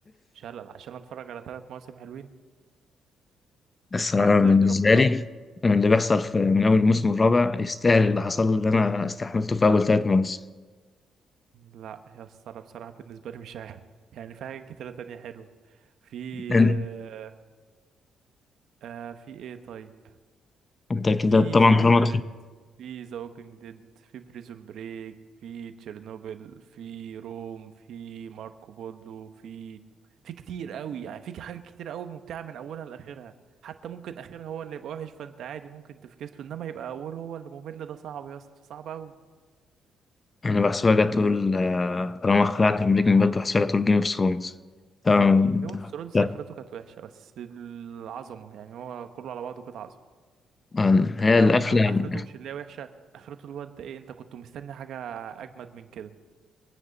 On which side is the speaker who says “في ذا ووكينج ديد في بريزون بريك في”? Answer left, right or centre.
Right